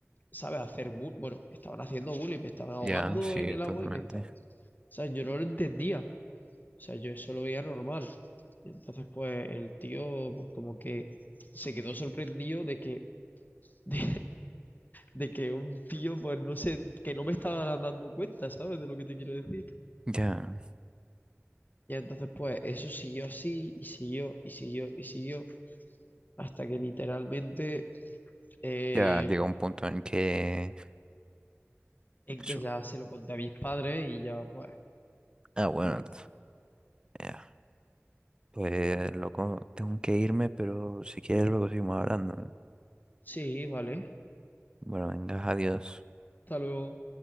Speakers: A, on the left (about 40°); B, on the right (about 20°).
A: ¿sabes? Hacer bull, bueno, me estaban haciendo bullying, me estaban ahogando
B: Ya, sí,
A: en el
B: totalmente.
A: agua y me estaban, o sea, yo no lo entendía, o sea, yo eso lo veía normal. Y entonces, pues el tío, pues como que se quedó sorprendido de que, <laughs> de, de que un tío, pues no sé, que no me estaba dando cuenta, ¿sabes? De lo que te quiero decir.
B: Ya,
A: Y entonces, pues eso siguió así y siguió y siguió y siguió hasta que literalmente, eh,
B: ya llegó un punto en que
A: en
B: su-
A: que ya se lo conté a mis padres y ya, pues,
B: Ah, bueno,
A: bueno,
B: ent- eh, pues loco, tengo que irme, pero si quieres luego seguimos hablando. ¿eh?
A: sí, vale,
B: Bueno, venga, adiós.
A: hasta luego.